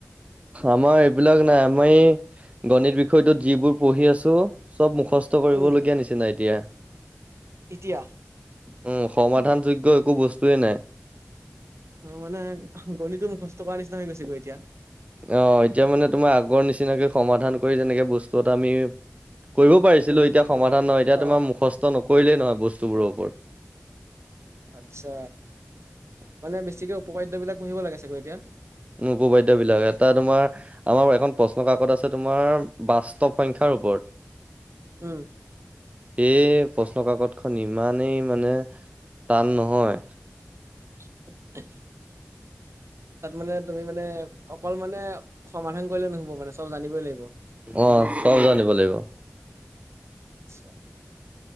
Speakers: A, on the right; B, on the right.
A: আমাৰ এইবিলাক নাই, আমি গণিত বিষয়টোত যিবোৰ পঢ়ি আছোঁ! চব মুখস্থ। কষ্ট কৰিবলগীয়া
B: উম
A: নিচিনাই এতিয়া।
B: এতিয়া
A: উম, সমাধান যোগ্য একো বস্তুয়েই নাই।
B: অ', মানে গণিতো মুখস্ত কৰাৰ নিচিনা হৈ গৈছেগৈ এতিয়া।
A: অ', এতিয়া মানে তোমাৰ আগৰ নিচিনাকৈ সমাধান কৰি যেনেকে বস্তু এটা আমি কৰিব পাৰিছিলো
B: উম
A: এতিয়া সমাধান
B: অ
A: নহয় এতিয়া
B: অ'
A: তোমাৰ মুখস্থ নকৰিলেই নহয় বস্তুবোৰৰ ওপৰত।
B: আচ্ছা মানে বেছিকে উপকাদ্য বিলাক পঢ়িব লাগে চাগৈ এতিয়া।
A: উম, উপবাদ্য বিলাক এটা তোমাৰ আমাৰ এখন প্ৰশ্ন কাকত আছে তোমাৰ বাস্তৱ সংখ্যাৰ ওপৰত।
B: উম,
A: এই প্ৰশ্ন কাকত খন ইমানেই মানে টান নহয়
B: <unintelligible> তাত মানে তুমি মানে অকল মানে সমাধান কৰিলে নুহব মানে চব জানিবই লাগিব।
A: অ', চব জানিব লাগিব।
B: চা